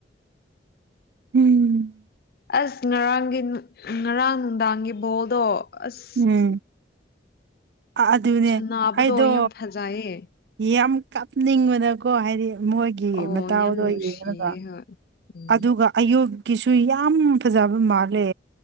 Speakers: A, on the right; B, on the left.
A: ꯍꯝ
B: ꯑꯁ ꯉꯔꯥꯡꯒꯤ ꯉꯔꯥꯡ ꯅꯨꯡꯗꯥꯡꯒꯤ ꯕꯣꯜꯗꯣ ꯑꯁ
A: ꯎꯝ ꯑꯗꯨꯅꯦ
B: ꯁ ꯅꯥꯕꯗꯣ
A: ꯑꯩꯗꯣ
B: ꯌꯥꯝ ꯐꯖꯩꯌꯦ
A: ꯌꯥꯝ ꯀꯞꯅꯤꯡꯕꯗꯀꯣ ꯍꯥꯏꯗꯤ ꯃꯣꯏꯒꯤ
B: ꯑꯣ
A: ꯃꯇꯥꯎꯗꯣ
B: ꯌꯥꯝ ꯅꯨꯡꯁꯤꯌꯦ
A: ꯌꯦꯡꯉꯒ
B: ꯍꯣꯏ ꯎꯝ
A: ꯑꯗꯨꯒ ꯑꯌꯣꯀꯤꯁꯨ ꯌꯥꯝ ꯐꯖꯕ ꯃꯥꯜꯂꯦ